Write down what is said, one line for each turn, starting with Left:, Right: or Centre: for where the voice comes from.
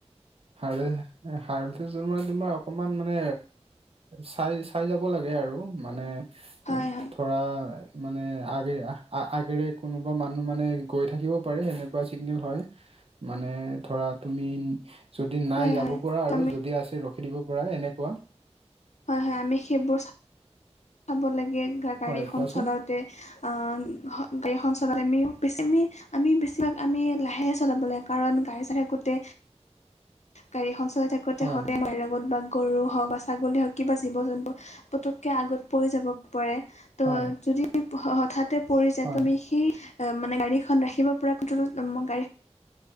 Right: হালধীয়া, এ, হালধীয়াটো তোমাৰ তোমাৰ অকমান মানে চাই, চাই চাই যাব লাগে আৰু মানে
Left: হয়
Right: কত
Left: হয়
Right: ধৰা মানে আগেৰে আ-আ-আগেৰে কোনোবা মানুহ মানে গৈ থাকিবও পাৰে সেনেকুৱা চিগনেল হয়। মানে ধৰা তুমি যদি নাই
Left: হয়
Right: যাব
Left: হয়
Right: পাৰা
Left: তুমি
Right: আৰু যদি আছে ৰখি দিব পাৰা এনেকুৱা
Left: হয় হয় আমি সেইবোৰ চাব লাগে গা গাড়ী
Right: হয়
Left: এখন
Right: কোৱাচোন
Left: চলাওঁতে আ হ গাড়ী এখন চলাওঁতে আমি বেছি আমি আমি বেছিভাগ আমি লাহে চলাব লাগে কাৰণ গাই চাই থাকোঁতে গাড়ীখন চলাই থাকোঁতে
Right: হয়
Left: হঁতে মাৰ লগত বা গৰু হওক বা ছাগলী হওক কিবা জীৱ জন্তু পতকে আগত পৰি যাব পাৰে ত'
Right: হয়
Left: যদি হঠাতে পৰি যায়
Right: হয়
Left: তুমি সেই মানে গাড়ী খন ৰাখিব পৰা <unintelligible>